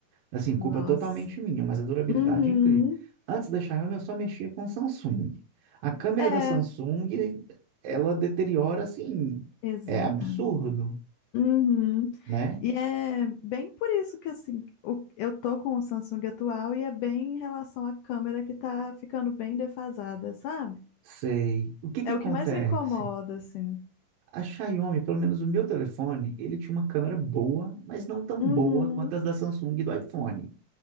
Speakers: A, on the right (about 70°); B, on the left (about 80°).
A: Assim, culpa
B: nossa.
A: totalmente minha, mas a durabilidade
B: Uhum.
A: é incrível. Antes da Xiaomi, eu só mexia com Samsung. A câmera
B: É,
A: da Samsung, ela deteriora assim,
B: exatamente.
A: é absurdo,
B: Uhum.
A: né?
B: E é bem por isso que assim, o- eu tô com o Samsung atual e é bem em relação à câmera que tá ficando bem defasada, sabe?
A: Sei. O que que
B: É
A: acontece?
B: o que mais me incomoda, assim.
A: A Xiaomi, pelo menos o meu telefone, ele tinha uma câmera boa, mas não tão
B: Uhum.
A: boa quanto as da Samsung e do iPhone.